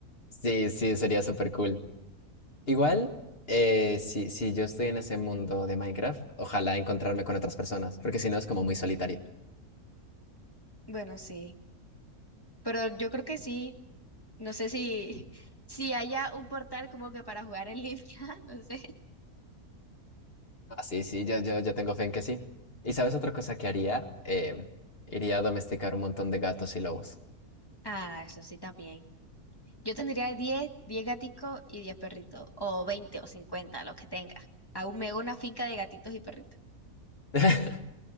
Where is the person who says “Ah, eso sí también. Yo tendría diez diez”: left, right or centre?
Left